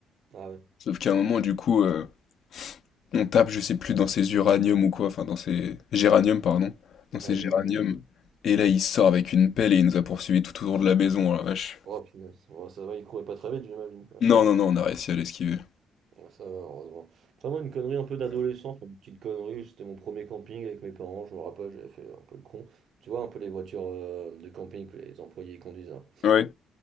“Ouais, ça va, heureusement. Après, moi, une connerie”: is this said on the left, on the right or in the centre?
Right